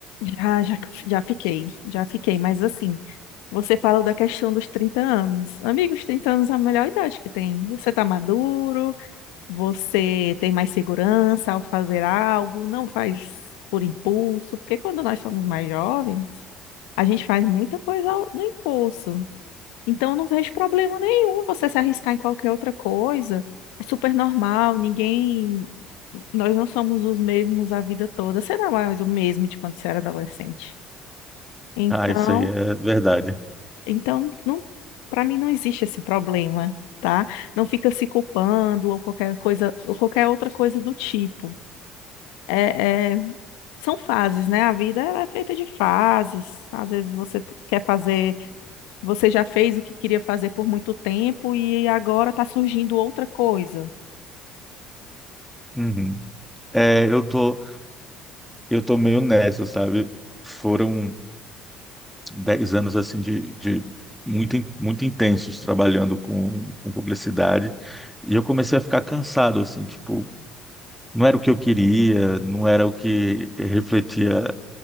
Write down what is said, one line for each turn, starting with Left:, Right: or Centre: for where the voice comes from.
Left: Já, já, já fiquei, já fiquei, mas assim, Você fala da questão dos trinta anos. amigos. 30 anos é a melhor idade que tem. Você está maduro, você tem mais segurança ao fazer algo, não faz por impulso, porque quando nós somos mais jovens, a gente faz muita coisa ao- no impulso. Então, eu não vejo problema nenhum você se arriscar em qualquer outra coisa. É super normal, ninguém. Nós não somos os mesmos a vida toda. Você não é mais o mesmo de quando você era adolescente. Então.
Centre: Ah, isso aí é verdade.
Left: Então, não, para mim não existe esse problema, tá? Não fica se culpando ou qualquer coisa, ou qualquer outra coisa do tipo. É, é, são fases, né? A vida ela é feita de fases. Às vezes você t- quer fazer, você já fez o que queria fazer por muito tempo e agora está surgindo outra coisa.
Centre: Uhum. É, eu tô, eu tô meio nessa, sabe? Foram 10 anos, assim, de, de muito, in- muito intensos trabalhando com, com publicidade. E eu comecei a ficar cansado, assim, tipo, não era o que eu queria, não era o que refletia